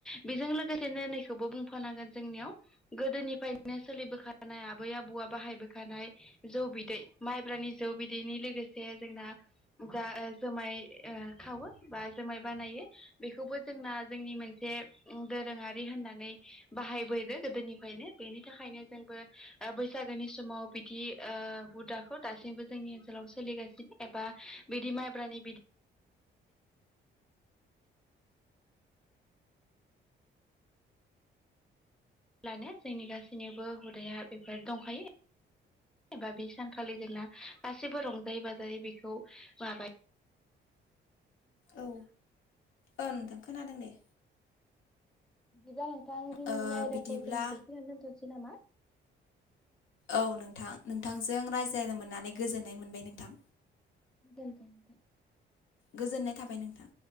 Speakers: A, in the centre; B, on the left.
A: बेजों लोगोसेनो नैखौबो बुंफानांगोन जोंनियाव गोदोनिफ्रायनो सोलिबोखानाय आबै आबौआ बाहायबोखानाय जौ बिदै माइब्रानि जौ बिदैनि लोगोसे जोंना दा जुमाय खावो बा जुमाय बानायो बेखौबो जोंना जोंनि मोनसे दोरोङारि होननानै बाहायबोदों गोदो निफ्रायनो बेनि थाखायनो जों बैसागोनि समाव बिदि ओ हुदाखौ दासिमबो जोंनि ओनसोलाव सोलिगासिनो एबा बिदि माइब्रानि बिदै अब्लानो जोंनि गासैनिबो हुदाया बेफोर दंखायो। एबा बे सानखालि जोंना गासिबो रंजायै बाजायै बेखौ माबा
B: औ औ नोंथां खोनादों दे
A: बिदिब्ला नोंथां दिनैनि
B: ओ
A: आयदाखौ
B: बिदिब्ला
A: जोङो बेखिनिनो दोनथ'नोसै। नामा?
B: औ नोंथां नोंथांजों रायज्लायनो मोननानै गोजोननाय मोनबाय नोंथां।
A: <inaudible>
B: गोजोननाय थाबाय नोंथां।